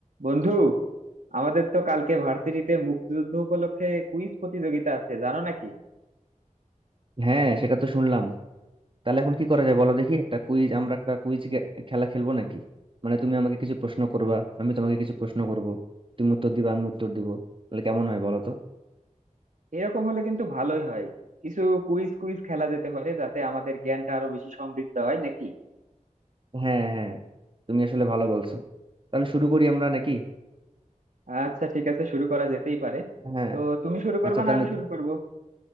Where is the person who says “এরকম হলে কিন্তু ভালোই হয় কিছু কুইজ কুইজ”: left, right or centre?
Right